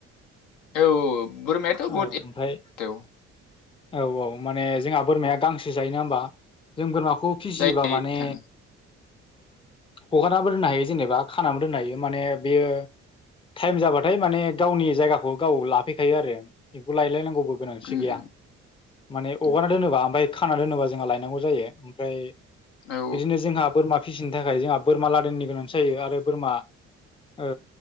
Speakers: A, on the left; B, on the left.
A: औ औ बोरमायाथ'
B: औ
A: बहुद
B: ओमफाय
A: औ
B: औ औ माने जोंहा बोरमाया गांसो जायोना होमबा जों बोरमा खौ फिसियोबा
A: जायो नोंथां
B: माने ओ हगारनाबो दोननो हायो जेनेबा खानाबो दोननो हायो माने बेयो टाइम जाबाथाय माने गावनि जायगाखौ गाव लाफैखायो आरो बेखौ लायलाय नां गौबो गोनांथि
A: उम
B: गैया माने हगारना
A: उम
B: दोनोबा ओमफाय खाना दोनोबा जोंहा लाय नांगौ जायो ओमफ्राय
A: औ
B: बिदिनो जोंहा बोरमा फिसिनो थाखाय जोंहा बोरमा लादेननि गोनांथि जायो आरो बोरमा ओ